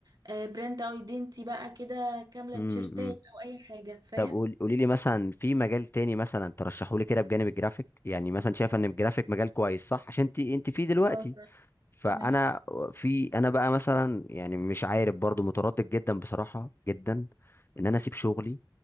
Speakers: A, on the right (about 55°); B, on the left (about 30°).
A: آه، براند ايدنتي بقى كده كامله
B: امم
A: تيشرتات او اي حاجه فاهم
B: طب قول- قولي لي مثلا في مجال تاني مثلا ترشحوا لي كده بجانب الجرافيك يعني مثلا شايفه ان الجرافيك مجال كويس صح عشان انت انت فيه دلوقتي
A: اه فاهم.
B: فانا
A: ماشي
B: في انا بقى مثلا يعني مش عارف برضو متردد جدا بصراحه جدا ان انا اسيب شغلي